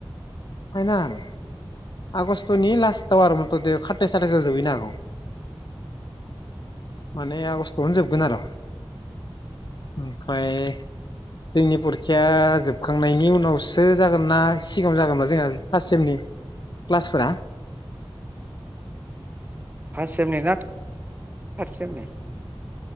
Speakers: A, on the left; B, on the right.
A: फाइनाल आगष्ट'नि लास्टाव आरो मथ'ते खाथायस आथायसाव जोबहैनो हागौ माने आगस्टआवनो जोबगोन आरो ओमफ्राय जोंनि परिखाया जोबखांनायनि उनावसो जागोन ना सिगाङाव जागोनबा जोंहा फार्स्ट सेमनि क्लासफोरा
B: फास्त सेमनि ना थार सेमनि?